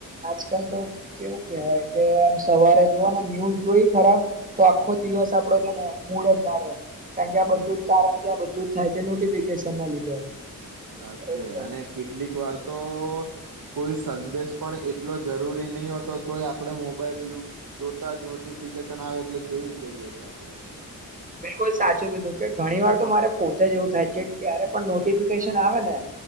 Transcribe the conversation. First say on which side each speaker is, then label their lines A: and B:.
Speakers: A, on the right (about 25°); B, on the right (about 70°).
A: આજકાલ તો કેવું કેવાય કે આમ સવારે જોવ ને ન્યુઝ જોઈ ખરાબ તો આખો
B: હમ
A: દિવસ આપડો તો મૂડ જ ના રે કારણ કે આ બધું જ કારણ કે આ બધું જ થાય છે નોટિફિકેશનના લીધે
B: સાચે
A: એટલે
B: અને કેટલીક વાર તો તો કોઈ સંદેશ પણ એટલો જરૂરી નહી હોતો તોય આપણે મોબાઈલ યુ જોતા જ નોટિફિકેશન આવે એટલે જોઈ જ લઈએ છે આપણેે
A: બિલકુલ સાચું કીધું કે ઘણી વાર તો મારે પોતે જ એવું થાય કે ક્યારે પણ નોટિફિકેશન આવે ને